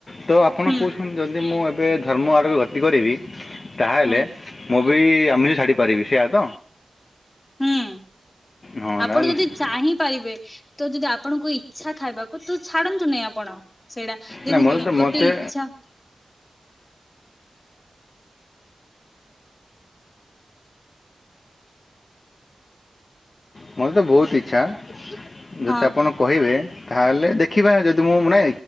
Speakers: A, on the left (about 55°); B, on the left (about 25°).
A: ତ ଆପଣ
B: ହୁଁ
A: କହୁଛନ୍ତି, ଯଦି ମୁଁ ଏବେ ଧର୍ମ ଆଡ଼କୁ ଗତି କରିବି ତାହାଲେ
B: ହୁଁ
A: ମୁଁ ବି ଆମିରି ଛାଡ଼ି ପାରିବି, ସେୟା ତ?
B: ହୁଁ।
A: ହଁ <unintelligible>
B: ଆପଣ ଯଦି ଚାହିଁ ପାରିବେ, ତ ଯଦି ଆପଣଙ୍କୁ ଇଛା ଖାଇବାକୁ, ତ ଛାଡନ୍ତୁ ନାହିଁ ଆପଣ, ସେଇଟା
A: ନା
B: ଦେଖନ୍ତୁ,
A: ମୋର
B: ଏଇ
A: ତ
B: ଗୋଟେ
A: ମୋତେ
B: ଇଛା
A: ମୋରେ ତ ବହୁତ୍ ଇଛା, ଯଦି
B: ହଁ
A: ଆପଣ କହିବେ ତାହେଲେ ଦେଖିବା, ଯଦି ମୁଁ ମୁଣେ